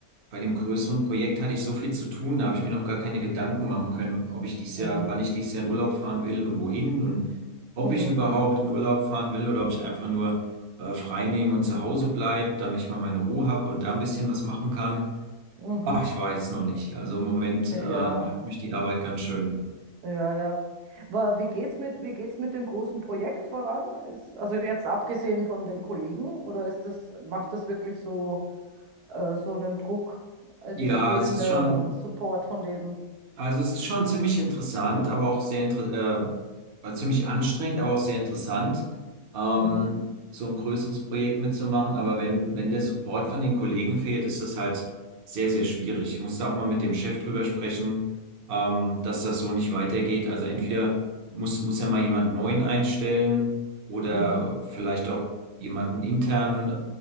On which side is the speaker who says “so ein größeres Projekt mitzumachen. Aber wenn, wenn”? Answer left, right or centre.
Right